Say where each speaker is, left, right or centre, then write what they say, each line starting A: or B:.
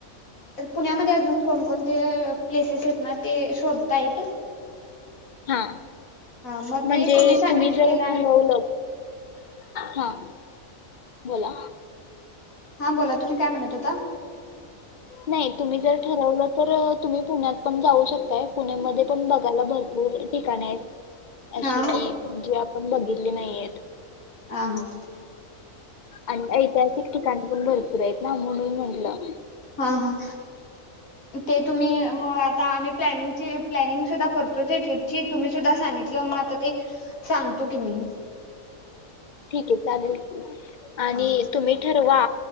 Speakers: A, on the left; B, on the left.
A: पुण्यामध्ये अजून कोणकोणते प्लेसेस आहेत ना. ते शोधता येत
B: हा
A: हा मग
B: म्हणजे
A: ते सांगितलेलं
B: तुम्ही जर ठरवलं हां बोला.
A: हा बोला तुम्ही काय म्हणत होता?
B: नाही तुम्ही जर ठरवलं तर तुम्ही पुण्यात पण जाऊ शकताय. पुणे मध्ये पण बघायला भरपूर ठिकाण आहे. अशी
A: हा
B: कि जे आपण बघितले नाहीये.
A: हा हा
B: आणि ऐतिहासिक ठिकाण पण भरपूर आहेत ना म्हणून म्हटलं
A: हां हां ते तुम्ही हो आता आम्ही प्लॅनिंगची प्लॅनिंग सुद्धा करतोच आहे ट्रिप जी तुम्ही सुद्धा सांगितलं मग आता ते सांगतो कि मी
B: ठीक आहे चालेल. आणि
A: हा
B: तुम्ही ठरवा